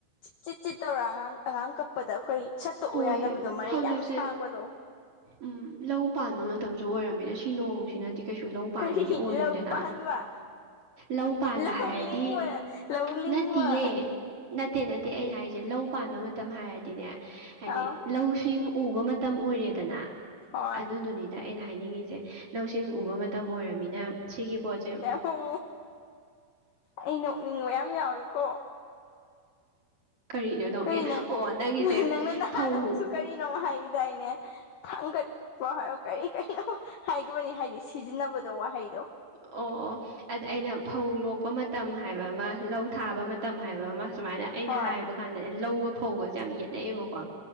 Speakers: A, on the left (about 65°); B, on the right (about 35°).
A: ꯆꯤꯠ ꯆꯤꯠ ꯇꯧꯔ ꯑꯉꯥꯡ ꯑꯉꯥꯡ ꯀꯛꯄꯗ ꯑꯩꯈꯣꯏ ꯁꯠꯇꯣꯛꯎ
B: ꯍꯣꯏ
A: ꯌꯥꯗꯕꯗꯣ ꯃꯔꯩ
B: ꯍꯧꯖꯤꯛꯁꯦ
A: ꯌꯥꯝ ꯁꯥꯡꯕꯗꯣ
B: ꯎꯝ ꯂꯧ ꯄꯥꯟꯕ ꯃꯇꯝꯁꯨ ꯑꯣꯏꯔꯝꯃꯤꯅ ꯁꯤ ꯅꯣꯡꯁꯤꯅꯗꯤ ꯀꯩꯁꯨ ꯂꯧ ꯄꯥꯟꯕꯗꯤ
A: ꯀꯔꯤ
B: ꯑꯣꯏꯔꯣꯏꯗꯅ
A: ꯂꯧ ꯄꯥꯟꯕ
B: ꯂꯧ ꯄꯥꯟꯕ
A: ꯂꯧ
B: ꯍꯥꯏꯔꯗꯤ
A: ꯂꯤꯡꯕ ꯂꯧ ꯂꯤꯡꯕ
B: ꯅꯠꯇꯤꯌꯦ ꯅꯠꯇꯦ ꯅꯠꯇꯦ ꯑꯩꯅ ꯍꯥꯏꯁꯦ ꯂꯧ ꯄꯥꯟꯕ ꯃꯇꯝ ꯍꯥꯏꯔꯗꯤꯅꯦ ꯍꯥꯏꯗꯤ
A: ꯑꯥꯎ
B: ꯂꯧꯁꯤꯡ ꯎꯕ ꯃꯇꯝ ꯃꯇꯝ ꯑꯣꯏꯔꯦꯗꯅ
A: ꯍꯣꯏ
B: ꯑꯗꯨꯗꯨꯅꯤꯗ ꯑꯩꯅ ꯍꯥꯏꯅꯤꯡꯉꯤꯁꯦ ꯂꯧꯁꯤꯡ ꯎꯕ ꯃꯇꯝ ꯑꯣꯏꯔꯕꯃꯤꯅ ꯁꯤꯒꯤ ꯄꯣꯠꯁꯦ
A: ꯑꯣ ꯑꯩ ꯅꯣꯛꯅꯤꯡꯕ ꯌꯥꯝ ꯌꯥꯎꯋꯤꯀꯣ
B: ꯀꯔꯤꯅꯣ ꯅꯣꯛꯅꯤ
A: ꯀꯔꯤ ꯅꯪ
B: ꯑꯣ ꯅꯪꯒꯤꯁꯦ
A: ꯅꯪꯅ ꯅꯍꯥꯟ
B: ꯐꯧ
A: ꯑꯃꯨꯛꯁꯨ ꯀꯔꯤꯅꯣ ꯍꯥꯏꯈꯤꯗꯥꯏꯅꯦ ꯊꯥꯡꯒꯠꯄ ꯍꯥꯏꯔ ꯀꯔꯤ ꯀꯅꯣ ꯍꯥꯏꯈꯤꯕꯅꯤ ꯍꯥꯏꯗꯤ ꯁꯤ ꯁꯤꯖꯤꯟꯅꯕꯗꯣ ꯋꯥꯍꯩꯗꯣ
B: ꯑꯣ ꯑꯣ ꯑꯗ ꯑꯩꯅ ꯐꯧ ꯂꯣꯛꯄ ꯃꯇꯝ ꯍꯥꯏꯕ ꯑꯃ ꯂꯧ ꯊꯥꯕ ꯃꯇꯝ ꯍꯥꯏꯕ ꯑꯃ ꯁꯨꯃꯥꯏꯅ ꯑꯩꯅ
A: ꯍꯣꯏ
B: ꯍꯥꯏꯕ ꯀꯥꯟꯗꯅꯦ ꯂꯧꯒ ꯐꯧꯒꯁꯦ ꯌꯥꯝ ꯌꯦꯠꯅꯩꯑꯦꯕꯀꯣ